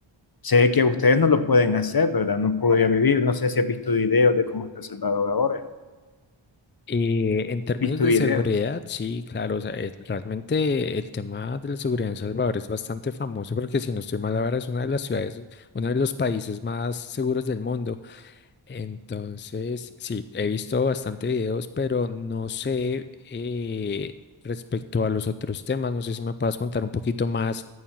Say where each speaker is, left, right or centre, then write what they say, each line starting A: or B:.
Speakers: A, on the left; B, on the left.
A: Sé que ustedes no lo pueden hacer, ¿verdad? No podrían vivir. No sé si has visto videos de cómo está El Salvador ahora.
B: Eh, en términos
A: ¿Has visto
B: de
A: videos?
B: seguridad, sí, claro, o sea, es- realmente el tema de la seguridad en Salvador es bastante famoso porque si no estoy mal ahora es una de las ciudades, uno de los países más seguros del mundo. Entonces, sí, he visto bastante videos, pero no sé eh, respecto a los otros temas, no sé si me puedas contar un poquito más